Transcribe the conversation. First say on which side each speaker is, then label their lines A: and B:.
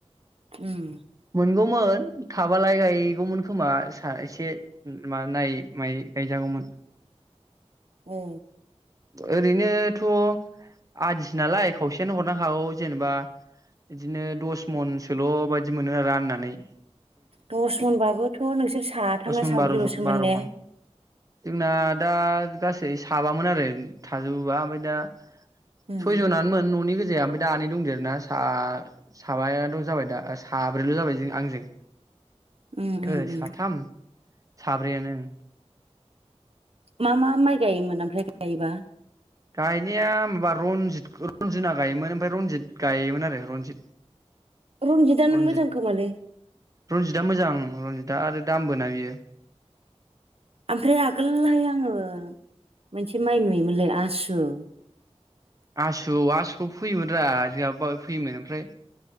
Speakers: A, on the right; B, on the right.
A: उम
B: मोनगौमोन थाबालाय गायगौमोन खोमा सासे मा नायै मायै गायजागौमोन
A: औ
B: ओरैनोथ' आदिसो नालाय खावसेयानो हरनांखागौ जेनेबा बिदिनो दस मनसोल बाय बिदि मोनो आरो राननानै।
A: दस मनबाबोथ नोंसोर साथामना
B: दस मन
A: साब्रैल
B: बार'
A: सोमोन
B: बार'
A: ने?
B: मन जोंना दा गासै साबामोन आरो। थाजोबोबा ओमफ्राय दा
A: उम
B: सयजना नोमोन ननि गोे दे ओमफ्राय दा आनै दंदेरो ना सा साबायाथ जाबाय दा। फाब्रैल जाबाय जों आंजों।
A: उम उम
B: ओ
A: उम
B: साथाम साब्रैयानो ओम
A: मा मा माइ गायोमोन ओमफ्राय एबा
B: गायनाया माबा रनजित रनजिना गायोमोन ओमफ्राय रनजित गायोमोन आरो रनजित।
A: रनजितआनो
B: रनजित
A: मोजां खोमालै
B: रनजितआ मोजां। रनजितआ आरो दामबो ना बेयो।
A: आमफ्राय आगोलहाय आङो मोनसे माइ नुयोमोनलै आस द
B: आस औ आसुखौ फैयोमोन रा <unintelligible> फैयोमोन ओमफ्राय